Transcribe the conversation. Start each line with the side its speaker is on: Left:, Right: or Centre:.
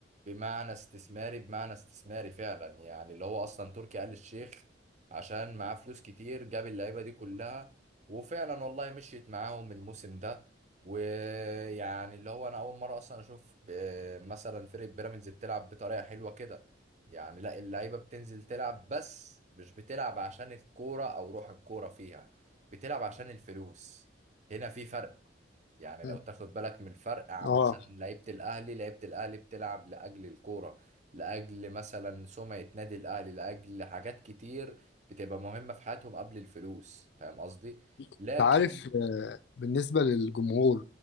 Right: بمعنى استثماري بمعنى استثماري فعلا يعني اللي هو اصلا تركي آل الشيخ عشان معاه فلوس كتير جاب اللعيبه دي كلها وفعلا والله مشيت معاهم الموسم ده ويعني اللي هو انا اول مره اصلا اشوف ب- مثلا فرقه بيراميدز بتلعب بطريقه حلوه كده يعني لا اللعيبه بتنزل تلعب بس مش بتلعب عشان الكوره او روح الكوره فيها بتلعب عشان الفلوس هنا في فرق يعني
Left: <laughs>
Right: لو تاخد بالك من الفرق عن
Left: اه
Right: مثلا لعيبة الأهلي لعيبة الأهلي بتلعب لأجل الكورة لأجل مثلا سمعة نادي الأهلي لأجل حاجات كتير بتبقى مهمة في حياتهم قبل الفلوس فاهم قصدي؟
Left: انت
Right: لكن
Left: عارف آه، بالنسبه للجمهور